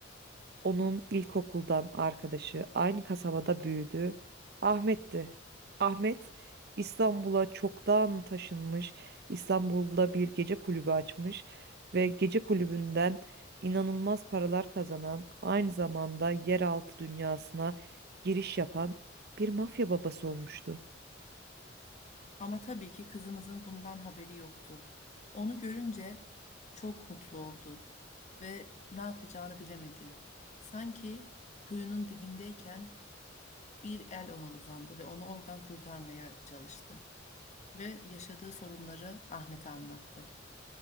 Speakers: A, on the right (about 55°); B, on the left (about 40°).
A: Onun ilkokuldan arkadaşı aynı kasabada büyüdü. Ahmet'ti. Ahmet İstanbul'a çoktan taşınmış. İstanbul'da bir gece kulübü açmış ve gece kulübünden inanılmaz paralar kazanan, aynı zamanda yeraltı dünyasına giriş yapan bir mafya babası olmuştu.
B: Ama tabii ki kızımızın bundan haberi yoktu. Onu görünce çok mutlu oldu ve ne yapacağını bilemedi. Sanki kuyunun dibindeyken bir el ona uzandı ve onu oradan kurtarmaya çalıştı. Ve yaşadığı sorunları Ahmet'e anlattı.